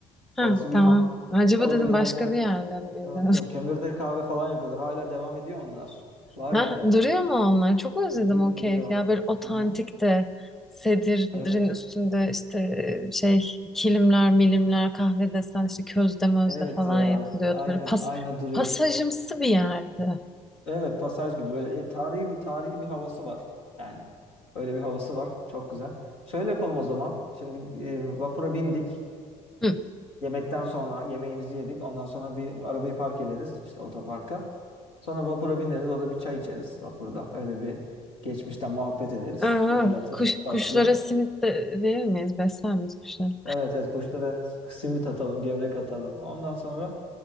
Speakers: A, in the centre; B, on the left.
A: heh,
B: Orası
A: tamam.
B: bir han.
A: Acaba
B: İşte orada
A: dedim
B: genelde
A: başka bir yerde miydi?
B: yok, yok, kömürde kahve falan yapıyorlar. Hala devam ediyor onlar.
A: <laughs>
B: Var
A: Heh,
B: yani.
A: duruyor mu onlar? Çok özledim
B: Duruyor
A: o keyfi
B: duruyor.
A: ya. Böyle otantik
B: Aha,
A: de sedirin
B: evet.
A: üstünde işte e, şey kilimler, milimler, kahve desen işte közde mözde
B: Evet
A: falan
B: ya.
A: yapılıyordu.
B: Aynı
A: Böyle pas,
B: aynı duruyor.
A: pasajımsı bir yerdi.
B: Evet pasaj gibi böyle e, tarihi bir tarihi bir havası var. Yani öyle bir havası var. Çok güzel. Şöyle yapalım o zaman. Şimdi e, vapura bindik.
A: Hı.
B: Yemekten sonra yemeğimizi yedik. Ondan sonra bir arabayı park ederiz işte otoparka. Sonra vapura bineriz. Orada bir çay içeriz vapurda. Öyle bir geçmişten muhabbet ederiz.
A: Aa,
B: Bir hal hatır
A: kuş,
B: aslı.
A: kuşlara simit de verir miyiz? Besler miyiz kuşları?
B: Evet evet kuşlara simit atalım, gevrek atalım. Ondan sonra